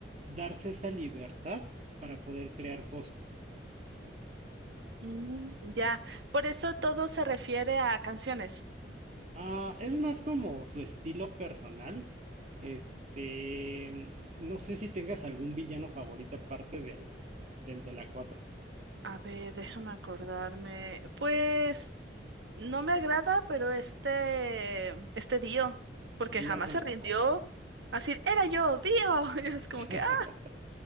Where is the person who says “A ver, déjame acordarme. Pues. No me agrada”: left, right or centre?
Right